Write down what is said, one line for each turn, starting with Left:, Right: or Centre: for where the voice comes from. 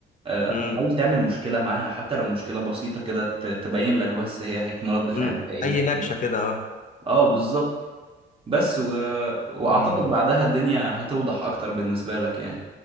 Right: آه،
Left: امم
Right: حاول تعمل مشكلة معاها حتى لو مشكلة بسيطة كده ت- تبين لك بس هي هيكون رد فعلها
Left: امم
Right: إيه
Left: اي
Right: في
Left: نكشة كده اه
Right: اه بالظبط بس و... واعتقد
Left: امم.
Right: بعدها الدنيا هتوضح اكتر بالنسبة لك يعني